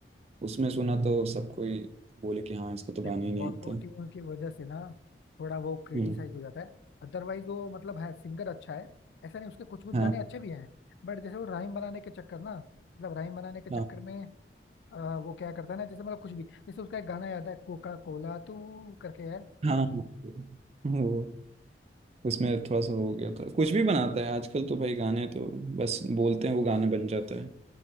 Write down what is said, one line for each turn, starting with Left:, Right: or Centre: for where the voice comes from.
Right: उसमें सुना तो सब कोई बोले कि हाँ इसको तो गाने
Left: देखो
Right: ही नहीं
Left: ऑटो
Right: आते
Left: ट्यून की वजह से ना थोड़ा वो क्रिटिसाइज
Right: हम्म
Left: हो जाता है अदरवाइज वो मतलब है सिंगर अच्छा है ऐसा नहीं उसके कुछ कुछ
Right: हाँ
Left: गाने अच्छे भी हैं बट जैसे वो राइम बनाने के चक्कर ना मतलब राइम बनाने के
Right: हाँ
Left: चक्कर में अ, वो क्या करता है ना जैसे मतलब कुछ भी जैसे उसका एक गाना याद है कोका कोला तू करके है
Right: हाँ हाँ वो उसमें थोड़ा सा हो गया था कुछ भी बनाता है आजकल तो भाई गाने तो बस बोलते हैं वो गाने बन जाता है